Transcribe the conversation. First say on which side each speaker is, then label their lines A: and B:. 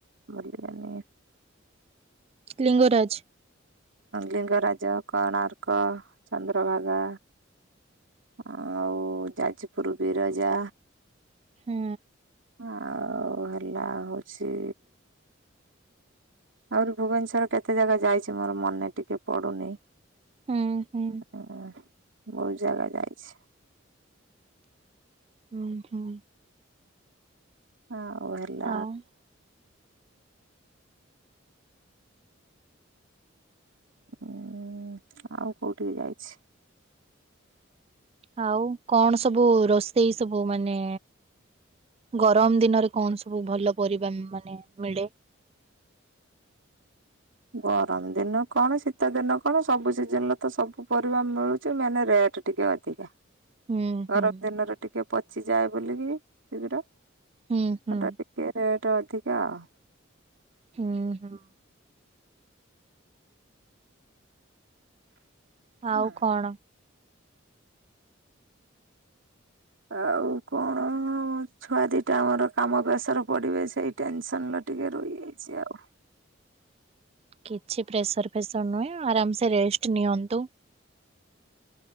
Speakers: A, on the right (about 75°); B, on the right (about 30°).
A: ଭୁଲିଗନି।
B: ଲିଙ୍ଗରାଜ୍।
A: ଲିଙ୍ଗରାଜ କୋଣାର୍କ ଚନ୍ଦ୍ରଭାଗା। ଆଉ ଯାଜପୁର ବିରଜା।
B: ହୁଁ।
A: ଆଉ ହେଲା ହୋଉଚି ଆହୁରି ଭୁବନେଶ୍ଵର କେତେ ଜାଗା ଯାଇଛି ମୋର ମନେ ଟିକେ ପଡୁନି।
B: ହୁଁ ହୁଁ।
A: ହୁଁ ବୋହୁତ ଜାଗା ଯାଇଛି।
B: ହୁଁ ହୁଁ।
A: ଆଁ--ଓଇଲା
B: ଆଉ
A: ଉଁ ଆଉ କୋଉଠିକି ଯାଇଛି?
B: ଆଉ କଣ, ସବୁ ରୋଷେଇ ସବୁ ମାନେ? ଗରମ ଦିନରେ କଣ ସବୁ ଭଲ ପରିବା ମାନେ ମିଳେ?
A: ଗରମ ଦିନ କଣ ଶୀତ ଦିନ କଣ ସବୁ ସିଜନ ରେ ତ ସବୁ ପରିବା ମିଳୁଚି। ମାନେ ରେଟ ଟିକେ ଅଧ <unintelligible>
B: ହୁଁ
A: ଗରମ
B: ହୁଁ
A: ଦିନରେ ଟିକେ ପଚିଯାଏ ବୋଲିକି, ଶୀଘ୍ର ସେଟା
B: ହୁଁ ହୁଁ
A: ଟିକ୍ ଟିକେ ରେଟ୍ ଅଧିକା ଆଉ।
B: ହୁଁ ହୁଁ। ଆଉ
A: ହୁଁ।
B: କଣ?
A: ଆଉ କଣ? ମୋ ଛୁଆ ଦିଟା ଆମର କାମପେସର ପଡ଼ିବେ, ସେଇ ଟେନସନ୍ ରେ ଟିକେ ରହିଯାଇଛି ଆଉ।
B: କିଛି ପ୍ରେସର, ଫ୍ରେସର୍ ନୁହେଁ ଆରାମସ ରେଷ୍ଟ୍ ନିଅନ୍ତୁ।